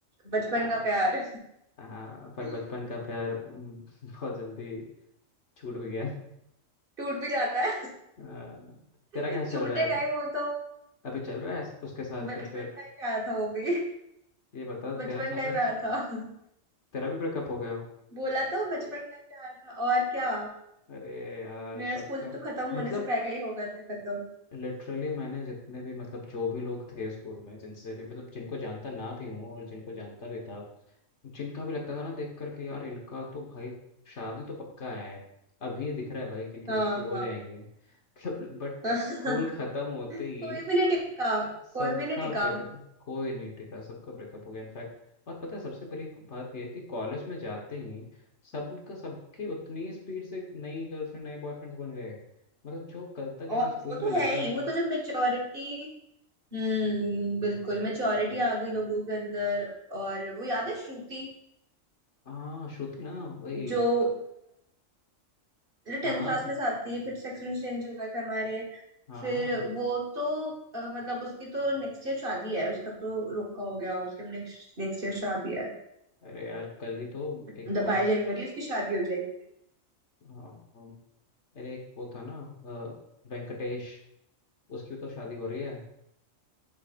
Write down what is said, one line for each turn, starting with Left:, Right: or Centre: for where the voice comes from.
Right: बचपन
Left: आ,
Right: का प्यार
Left: आ, पर
Right: <laughs>
Left: बचपन का प्यार <laughs> हम्म, बहुत जल्दी छूट भी गया
Right: टूट भी जाता है
Left: आ,
Right: <laughs>
Left: तेरा क्या चल
Right: छूटेगा
Left: रहा है
Right: ही वो तो
Left: अभी चल रहा है उसके साथ
Right: बचपन
Left: या फिर
Right: का ही प्यार था वो भी
Left: ये बता
Right: बचपन
Left: तेरा चल
Right: का
Left: रहा
Right: ही प्यार
Left: है
Right: था <laughs>
Left: तेरा भी ब्रेकअप हो गया
Right: बोला तो बचपन का ही प्यार था और क्या
Left: अरे यार
Right: मेरा
Left: सबका
Right: स्कूल तो खत्म होने
Left: मतलब
Right: से पहले ही हो गया था खत्म
Left: लिटरली मैंने जितने भी मतलब जो भी लोग थे स्कूल में जिनसे भी मतलब जिनको जानता ना भी हूँ और जिनको जानता भी था जिनका भी लगता था ना देख करके यार इनका तो भाई शादी तो पक्का है अभी दिख रहा है भाई कि इनके
Right: हाँ
Left: बच्चे हो
Right: हाँ
Left: जाएंगे मतलब बट स्कूल
Right: <laughs>
Left: खत्म
Right: कोई
Left: होते ही
Right: भी नहीं टिका
Left: सबका
Right: कोई भी नहीं टिका
Left: ब्रेकअप कोई नहीं टिका सबका ब्रेकअप हो गया इनफैक्ट और पता है सबसे बड़ी बात यह है कि कॉलेज में जाते ही सबका सबके उतनी स्पीड से नई गर्लफ्रेंड नए बॉयफ्रेंड बन गए मतलब जो कल तक ऐसा
Right: और
Left: स्कूल
Right: वो
Left: में
Right: तो
Left: लगता
Right: है ही
Left: था
Right: वो तो जब मेच्योरिटी हम्म बिल्कुल मेच्योरिटी आ गई लोगों के अंदर और वो याद है श्रुति
Left: हाँ श्रुति ना वही
Right: जो टेंथ
Left: हाँ हाँ
Right: क्लास में साथ थी फिर सेक्शन चेंज हो गए थे हमारे
Left: हाँ
Right: फिर वो तो अ, मतलब उसकी तो नेक्स्ट ईयर शादी है उसका तो रोका हो गया उसके नेक्स्ट नेक्स्ट ईयर शादी है
Left: अरे यार कल ही तो
Right: मतलब
Left: एक और
Right: बाईस जनवरी उसकी शादी हो जाएगी
Left: हाँ हाँ अरे एक वो था ना अ, वेंकटेश उसकी तो शादी हो रही है